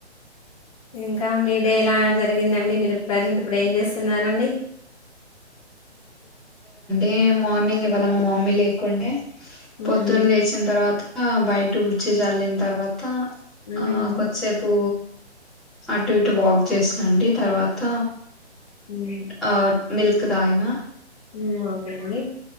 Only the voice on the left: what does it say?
ఇంకా మీ డే ఎలా జరిగిందండి. మీరు ప్రజెంట్ ఇప్పుడు ఏం చేస్తున్నారండి.
మ్మ్
మ్మ్
హ్మ్
హ్మ్ ఓకే అండి